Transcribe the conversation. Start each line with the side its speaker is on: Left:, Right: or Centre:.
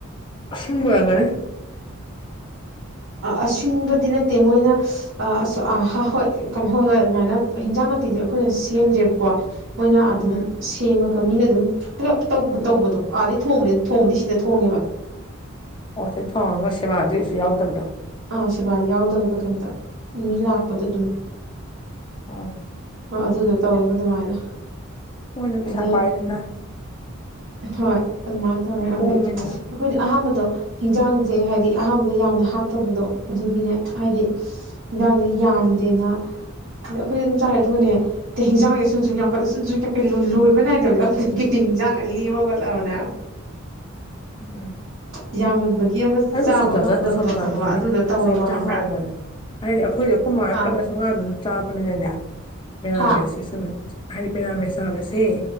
Left: ꯑꯁꯤꯡꯕ ꯑꯣꯏꯔꯝꯒꯅꯤ
Right: ꯑꯁꯤꯡꯕꯗꯤ ꯅꯠꯇꯦ ꯃꯣꯏꯅ ꯑꯁ ꯑ ꯍꯣꯏ ꯍꯥ ꯍꯣꯏ ꯍꯣꯏ ꯑꯗꯨꯃꯥꯏꯅ ꯍꯤꯟꯖꯥꯡ ꯅꯥꯄꯤꯗꯤ ꯑꯩꯈꯣꯏꯅ ꯁꯦꯝꯗ꯭ꯔꯦꯕꯀꯣ ꯃꯣꯏꯅ ꯑꯗꯨꯝ
Left: ꯎꯝ
Right: ꯁꯦꯝꯃꯒ ꯃꯤꯅ ꯑꯗꯨꯝ ꯄꯨꯂꯞ ꯇꯧꯕ ꯇꯧꯕꯗꯣ ꯑꯥꯗꯩ ꯊꯣꯡꯕꯗꯤ ꯊꯣꯡꯕꯗꯤ ꯁꯤꯗ ꯊꯣꯡꯉꯦꯕ
Left: ꯑꯣ ꯁꯤ ꯊꯣꯡꯉꯒ ꯁꯦꯕꯥꯗꯤ ꯀꯩꯁꯨ ꯌꯥꯎꯗꯕꯗꯣ
Right: ꯑ ꯁꯦꯕꯥꯗꯤ ꯌꯥꯎꯗꯕꯗꯣ ꯀꯩꯝꯇ ꯃꯤ ꯂꯥꯛꯄꯗ ꯑꯗꯨꯝ
Left: ꯎꯝ
Right: ꯑꯗꯨꯗꯣ ꯇꯧꯋꯦꯕ ꯑꯗꯨꯃꯥꯏꯅ
Left: ꯃꯣꯏꯅ ꯄꯩꯁꯥ
Right: ꯑꯗꯩ
Left: ꯄꯥꯏꯗꯅ
Right: ꯍꯣꯏ ꯑꯗꯨꯃꯥꯏꯅ ꯇꯧꯔꯦ
Left: ꯀꯣꯝꯃꯤꯗꯅ
Right: ꯑꯗꯨꯗꯤ ꯑꯩꯈꯣꯏꯗꯤ ꯑꯍꯥꯟꯕꯗꯣ ꯍꯤꯟꯖꯥꯡꯁꯦ ꯍꯥꯏꯗꯤ ꯑꯍꯥꯟꯕꯗ ꯌꯥꯝꯅ ꯍꯥꯞꯇꯕꯗꯣ ꯑꯗꯨꯒꯤꯅꯦ ꯍꯥꯏꯗꯤ ꯍꯤꯟꯖꯥꯡꯁꯦ ꯌꯥꯝꯗꯦꯅ ꯑꯩꯈꯣꯏꯗꯤ ꯑꯗꯨꯝ ꯆꯥꯔꯦ ꯑꯗꯨꯒꯅꯦ ꯍꯤꯟꯖꯥꯡꯁꯦ ꯁꯨꯝ ꯁꯨꯝ ꯌꯥꯝꯈꯠꯂꯛ ꯁꯨꯝ ꯁꯨꯝ ꯌꯥꯝꯈꯠ ꯂꯣꯏꯕ ꯅꯥꯏꯗꯕꯅꯦ ꯑꯗꯨꯗꯒꯤ ꯍꯤꯟꯖꯥꯡꯒ ꯂꯦꯝꯒꯠꯂꯕꯅꯦ ꯍꯥꯏꯕ
Left: ꯎꯝ
Right: ꯌꯥꯝꯃꯟꯕꯒꯤ ꯑꯃ
Left: ꯑꯩ
Right: ꯆꯥꯕ
Left: ꯎꯁꯣꯞ ꯆꯥꯖ
Right: ꯉꯝꯗꯕꯗꯣ
Left: ꯎꯁꯣꯞ ꯆꯥꯅꯤꯡꯉꯦ
Right: ꯈꯪꯉꯕ ꯑꯗꯨꯗꯣ ꯇꯧꯋꯦꯕ
Left: ꯎꯁꯣꯞ ꯆꯥ
Right: ꯈꯪꯕ꯭ꯔꯥ
Left: ꯍꯥꯎꯕꯅꯦ ꯍꯥꯏꯗꯤ ꯑꯩꯈꯣꯏ ꯑꯩꯈꯣꯏꯃꯅ
Right: ꯑꯥ
Left: ꯈꯠꯂꯁꯨ ꯉꯥ ꯑꯗꯨꯝ ꯆꯥꯕꯅꯤꯅꯅꯦ ꯃꯦꯔꯥꯃꯦꯁ
Right: ꯍꯥ
Left: <unintelligible> ꯍꯥꯏꯗꯤ ꯃꯦꯔꯥꯃꯦꯁ ꯆꯥꯕꯁꯦ